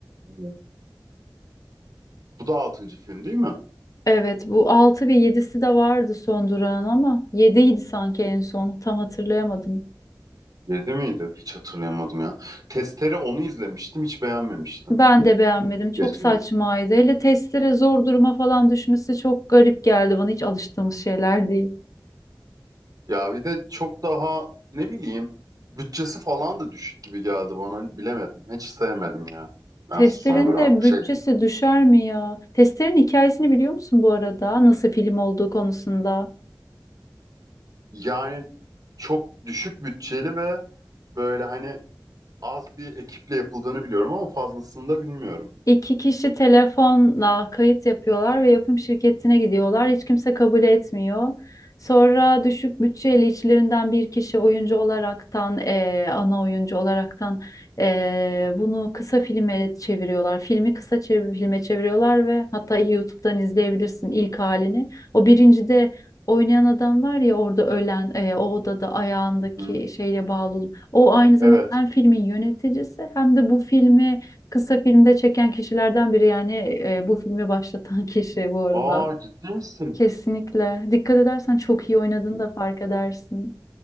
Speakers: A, on the right (about 50°); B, on the left (about 45°).
A: Evet. Bu da altıncı film değil mi?
B: Evet bu 6 ve yedisi de vardı son durağın ama yediydi sanki en son tam hatırlayamadım.
A: Yedi miydi? Hiç hatırlayamadım ya. Testere onu izlemiştim, hiç beğenmemiştim.
B: Ben de beğenmedim çok
A: Geç.
B: saçmaydı. Hele testere zor duruma falan düşmesi çok garip geldi bana hiç alıştığımız şeyler değil.
A: Ya bir de çok daha ne bileyim bütçesi falan da düşük gibi geldi bana. Bilemedim. Hiç sevmedim ya. Ben
B: Testerin
A: son duran
B: de
A: şey
B: bütçesi düşer mi ya? Testerin hikayesini biliyor musun bu arada? Nasıl film olduğu konusunda?
A: yani çok düşük bütçeli ve böyle hani az bir ekiple yapıldığını biliyorum ama fazlasını da bilmiyorum.
B: İki kişi telefonla kayıt yapıyorlar ve yapım şirketine gidiyorlar. Hiç kimse kabul etmiyor. Sonra düşük bütçeli içlerinden bir kişi oyuncu olaraktan, eee, ana oyuncu olaraktan eee, bunu kısa filme çeviriyorlar. Filmi kısa çev- filme çeviriyorlar ve hatta YouTube'dan izleyebilirsin ilk halini. O birincide oynayan adam var ya orada ölen, eee, o odada ayağındaki
A: Hı.
B: şeyle bağlı. olup- O aynı zamanda
A: Evet.
B: hem filmin yöneticisi hem de bu filmi Kısa filmde çeken kişilerden biri yani e, bu filmi başlatan <laughs> kişi bu arada.
A: Aa ciddi misin?
B: Kesinlikle. Dikkat edersen çok iyi oynadığını da fark edersin.